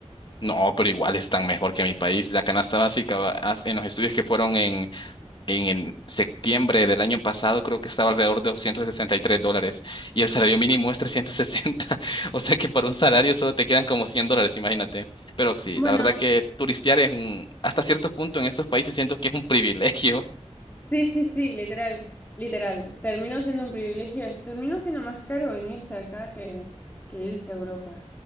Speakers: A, on the left; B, on the left.
A: No, pero igual están mejor que mi país. La canasta básica va- as- en los estudios que fueron en, en, en septiembre del año pasado, creo que estaba alrededor de 263 dólares y el salario mínimo es 360. <laughs> O sea que para un salario solo te quedan como 100 dólares, imagínate. Pero sí,
B: Bueno,
A: la verdad que turistear es un, hasta cierto punto en estos países siento que es un privilegio.
B: sí, sí, sí, literal, literal. Terminó siendo un privilegio, terminó siendo más caro venirse acá que, que irse a Europa.